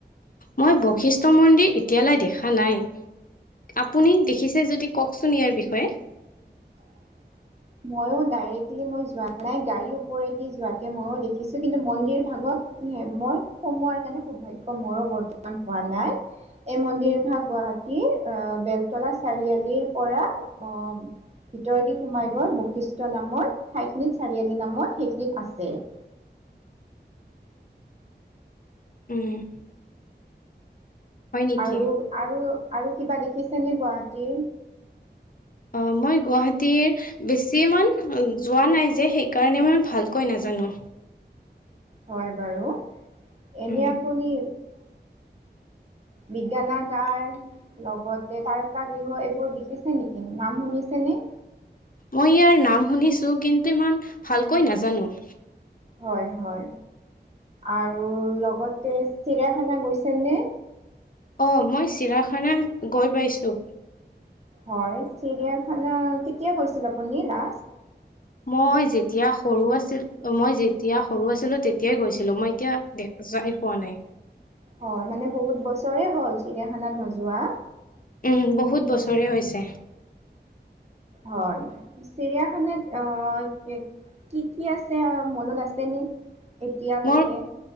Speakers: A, on the left (about 50°); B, on the right (about 35°).
A: মই বশিষ্ঠ মন্দিৰ এতিয়ালৈ দেখা নাই আপুনি দেখিছে যদি কওকচোন ইয়াৰ বিষয়ে
B: <inaudible> মই ডাইৰেক্টলি মই যোৱা নাই গাড়ীৰ ওপৰেদি যোৱাতে ময়ো দেখিছো কিন্তু মন্দিৰ ভাগত মই সোমোৱাৰ কাৰণে হৌভাগ্য মোৰো বৰ্তমান হোৱা নাই এই মন্দিৰ ভাগ গোৱা মাটিৰ অ বেলতলা চাৰিআলিৰ পৰা অ ভিতৰ দি সোমাই বৈশিষ্ট নামৰ ঠাইখিনিত চাৰিআলি নামত সেইখিনিত আছে <inaudible>
A: উম হয় নেকি
B: আৰু আৰু আৰু কিবা দেখিছেনে গুৱাহাটীৰ
A: অ মই গুৱাহাটীৰ বেছি মান যোৱা নাই যে সেইকাৰণে মই ভালকৈ নাজানো
B: হয় বাৰু এনে
A: উম
B: আপুনি বিজ্ঞানাগাৰ লগতে তাৰকা গৃহ এইবোৰ দেখিছে নেকি নাম শুনি ছে ন
A: মই ইয়াৰ নাম শুনিছোঁ কিন্তু ইমান ভালকৈ নাজানো
B: হয় হয় আৰু লগতে চিৰিয়াখানা গৈছেনে
A: অ মই চিৰাখানা গৈ পাইছো
B: হয় চিৰিয়াখানা কেতিয়া গৈছিল আপুনি লাষ্ট
A: মই যেতিয়া সৰু আছিল মই যেতিয়া সৰু আছিলো তেতিয়াই গৈছিলো মই এতিয়া দে যাই পোৱা নাই
B: হয় মানে বহুত বছৰে হ'ল চিৰিয়াখানাত নোযোৱা
A: উ বহুত বছৰে হৈছে
B: হয় চিৰিয়াখানাত আহ কি কি আছে মনত আছেনে এতিয়ালৈকে
A: মোৰ